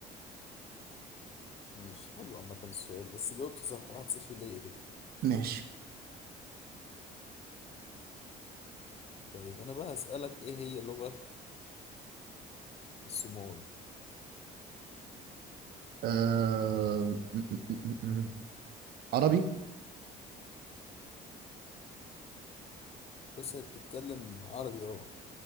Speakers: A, on the left; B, on the right.
A: ماشي حلو عامة السؤال بس جاوبت صح واحد صفر ليا كده
B: ماشي
A: طيب أنا بقى هسألك إيه هي لغة الصومال
B: آه... م- م- م- م- م. عربي
A: بس هي بتتكلم عربي أه